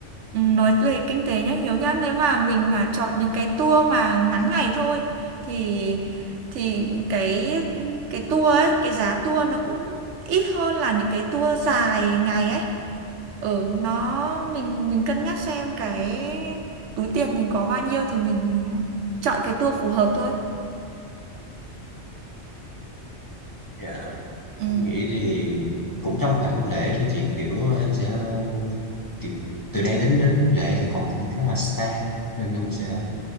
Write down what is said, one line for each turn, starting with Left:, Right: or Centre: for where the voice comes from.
Right: ừ, nói về kinh tế nhá Hiếu nhá nếu mà mình mà chọn những cái tour mà ngắn ngày thôi thì thì cái cái tour ấy cái giá tour nó cũng ít hơn là những cái tour dài ngày ấy ở nó mình mình cân nhắc xem cái túi tiền mình có bao nhiêu thì mình chọn cái tour phù hợp thôi
Left: Dạ,
Right: Ừ.
Left: Em nghĩ thì cũng trong khoảng lễ thôi chị, kiểu em sẽ kiểu, từ đây đến đến lễ thì còn cũng khá là xa nên em sẽ